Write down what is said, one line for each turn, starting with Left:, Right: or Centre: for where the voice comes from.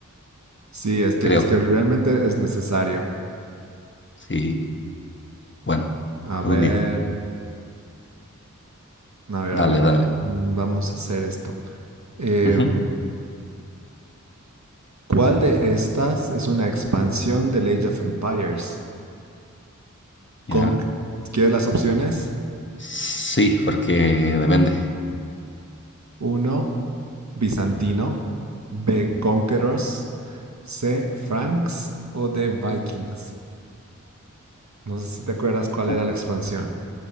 Right: Sí, es que,
Left: creo.
Right: es que realmente es necesario.
Left: Sí, bueno,
Right: A
Left: algún
Right: ver,
Left: día.
Right: a ver,
Left: Dale,
Right: a ver.
Left: dale.
Right: Mm, Vamos a hacer esto. Em,
Left: Ujú,
Right: ¿cuál de estas es una expansión del Age of Empires?
Left: Ya.
Right: Con, ¿quieres las opciones?
Left: Sí, porque depende.
Right: Uno, bizantino. B, conquerors. C, franks o D, vikings. No sé si te acuerdas cuál
Left: u-
Right: era la expansión.